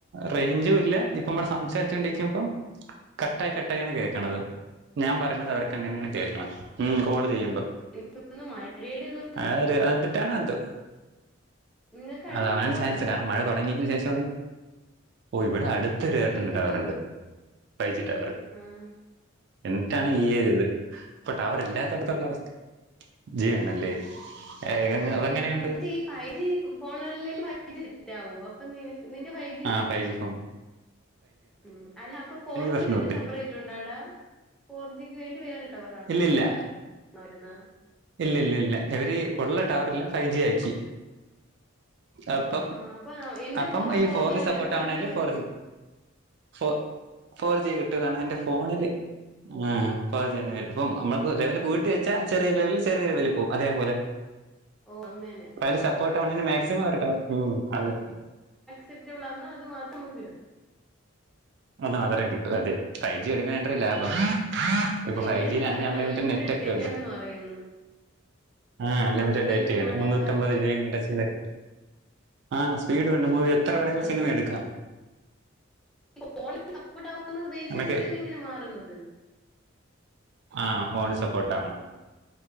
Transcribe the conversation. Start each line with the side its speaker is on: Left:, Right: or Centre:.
Right: റേഞ്ചും ഇല്ല. ഇപ്പ നമ്മടെ സംസാരിച്ചോണ്ടിരിക്കുമ്പം. കട്ടായി കട്ടായിയാണ് കേൾക്ക്ണത് ഞാൻ പറഞ്ഞത് അവർക്ക് എങ്ങനെയാണ് കേൾക്കുന്നത്. ഉ കോള് ചെയ്യുമ്പോ.
Centre: എനിക്ക്
Right: ആര് അതിട്ടാണ് അതു.
Centre: നിങ്ങൾക്ക് അടുത്തൊക്കെ
Right: അത് അവനാണ്
Centre: ടവർ
Right: ചാൻസ്
Centre: ഉണ്ടാ
Right: വോണം മഴ തുടങ്ങിയയിന് ശേഷമാണ്. ഓ ഇവിടെ അടുത്തൊരു ഏട്ടന്റെ
Centre: എനിക്കും
Right: ടവർ ഉണ്ട് ഫൈവ് ജി ടവർ
Centre: ആഹ
Right: എന്നിട്ടാണ് ഈ യരുത് ടവർ അവർല്ലാത്ത അടുത്തുള്ള അവസ്ഥ ജീയോണ്ല്ലേ.
Centre: ഉം.
Right: ഏ അതെങ്ങനെയുണ്ട്.
Centre: പക്ഷേ ഈ ഫൈവ് ജി ഫോണുകള ഫ <unintelligible>
Right: ആഹ ഫൈജി ഫോ
Centre: ഉം അല്ല അപ്പൊ ഫോർ ജി
Right: പ്രശ്നമുണ്ട്
Centre: സെപ്പറേറ്റ് ഉണ്ട അടാ ഫോർജിക്ക് വേണ്ടി വേറെടവർണ്.
Right: ഇല്ല ഇല്ല
Centre: വരുന്ന
Right: ഇല്ല ഇല്ല ഇല്ല ഇവര് ഉള്ള ടവർള് ഫൈ ജി അയച്. അപ്പം
Centre: ആ അപ്പൊ എന്റെ
Right: അപ്പം
Centre: ഫോൺ
Right: ഈ ഫോർ
Centre: ജി ആണല്ലോ
Right: സപ്പോർട്ട്
Centre: അപ്പൊ
Right: ആവണെല്
Centre: എനിക്ക് എങ്ങനെ
Right: ഫോർ.
Centre: വരും
Right: ഫോ ഫോർ ജി കിട്ടുകാണ് എന്റെ ഫോണില് <unintelligible> ഇപ്പം നമ്മക്ക് ലെവൽ പോയിട് വെച്ചാ ചെറിയ ലെവലിൽ ചെറിയരു വലിപ്പോവും അതേപോലെ.
Centre: ഓ അങ്ങനെ
Right: അപ്പ അതില് സപ്പോർട്ട് വേണേല് മാക്സിമം അവര്ട്ട ഉം അതെ
Centre: സക്റ്റെബിൾ അന്നാ അത് മാത്രം നമക്കിടും
Right: അത് മാത്തറേ കിട്ടൂ അതെ ഫൈവ് ജി എടുക്കണ <unintelligible> ലാഭാ
Centre: അപ്പൊ
Right: ഇപ്പൊ
Centre: എല്ലാരും
Right: ഫൈവ് ജിയിലാണെങ്കി
Centre: പറയുന്നു
Right: അൺലിമിറ്റ്
Centre: അൺലിമിറ്റഡ്
Right: നെറ്റ് ഒക്കെ
Centre: ഡേറ്റയാണെന്ന്
Right: ഉണ്ട്.
Centre: പറയുന്നു
Right: ആഹ് അലിമിറ്റഡ്
Centre: മൂവിയൊക്കെ
Right: ഡേറ്റ ആണ്
Centre: ലോഡ്
Right: മുന്നൂറ്റമ്പത്
Centre: ആക്കാല്ലേ
Right: രൂപയെങ്ങാണ്ട് ചെയ്താ കിട്ടും. ആഹ് സ്പീഡും ഉണ്ട് മൂവി
Centre: ഉം
Right: എത്ര
Centre: എല്ലാരും
Right: വേണങ്കിലും
Centre: പറയുന്നുണ്ട്
Right: സിനിമ എടുക്കാം.
Centre: ഫോണിൽ സപ്പോർട്ട് ആകുന്നത് ബേസ്
Right: നമുക്ക്
Centre: ചെയ്തിട്ടല്ലേ ഇങ്ങനെ മാറുന്നത്.
Right: ആഹ് ഫോണി സപ്പോർട്ട് ആവണം.